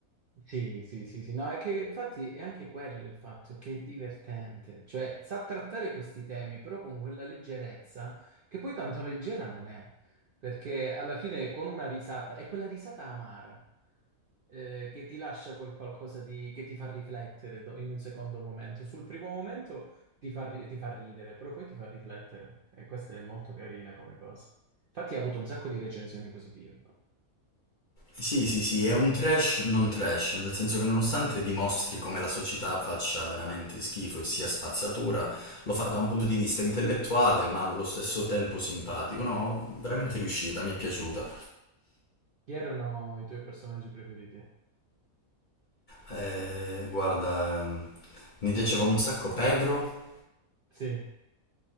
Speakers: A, on the right (about 60°); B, on the left (about 45°).
A: Sì, sì, sì, sì, no, è che infatti è anche quello il fatto che è divertente, cioè sa trattare questi temi però con quella leggerezza che poi tanto leggera non è, perché alla fine con una risata, è quella risata amara eh, che ti lascia quel qualcosa di, che ti fa riflettere do- in un secondo momento, sul primo momento ti fa, ri- ti fa ridere, però poi ti fa riflettere e questa è molto carina come cosa. Infatti ha avuto un sacco di recensioni positive.
B: Sì, sì, sì, è un trash non trash, nel senso che nonostante dimostri come la società faccia veramente schifo e sia spazzatura, lo fa da un punto di vista intellettuale, ma allo stesso tempo simpatico. No, veramente riuscita, mi è piaciuta.
A: Chi erano i tuoi personaggi preferiti?
B: Eh, guarda, mi piaceva un sacco Pedro,
A: Sì.